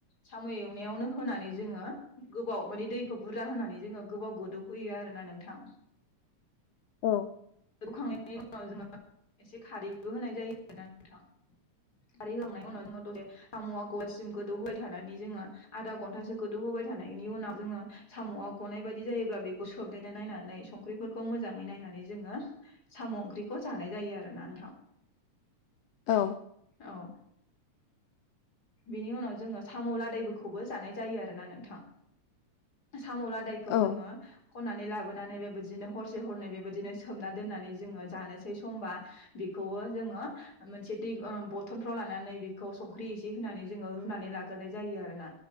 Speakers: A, on the left; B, on the left.
A: साम' एवनायनो होनानै जोङो गोबाव मानै दैखौ बुरजा होनानै जोङो गोबाव गोदौहोयो आरो ना नोंथां।
B: औ
A: जोबखांनायनि उनाव जोङो एसे खारैबो होनाय जायो आरोना नथां। खारै होखांनायनि उनाव जोङो दसे <unintelligible> गौवासिम गोदौ होबाय थानानै जोङो आधा घन्टासो गोदौ होबाय होबाय थानायनि उनाव जोङो सामआ गनाय बादि जायोब्ला बेखौ सोबनाय ना नायनानै संख्रिफोरखौ मोजाङै नायनानै नानै जोङो सम ओंख्रिखौ जानाय जायो आरोना नोंथां
B: औ
A: औ बिनि उनाव जोङो साम लादायफोरखौबो जानाय जायो आरोना नोंथां साम लादायखौ
B: औ
A: जोङो खननानै लाबोनानै बेबोदिनो हरसे हरनै बे बोदिनो सोमना दोननानै जोङो जानोसै समबा बिखौवो जोङो ओ मोनसे ओ ब थनफ्राव लानानै बेखौ संख्रि से होनानै जोङो रुनानै लाग्रोनाय जायो आरोना